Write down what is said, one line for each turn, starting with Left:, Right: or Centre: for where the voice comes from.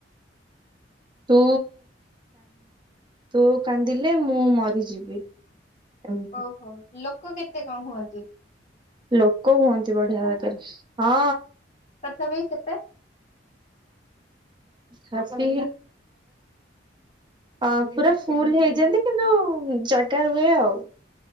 Right: ତୁ ତୁ କାନ୍ଦିଲେ ମୁଁ ମରିଯିବି। ଏମିତି
Left: ଓହୋ। ଲୋ କ କେତେ କଁ ହୁଅନ୍ତି?
Right: ଲୋକ ହୁଅନ୍ତି ବଢ଼ିଆ ବାଗରେ ହଁ।
Left: ତଥାପି କେତେ?
Right: ତଥାପି ଅ ପୁରା ଫୁଲ ହେଇ ଯାଆନ୍ତି କିନ୍ତୁ ଜାଗା ରୁହେ ଆଉ।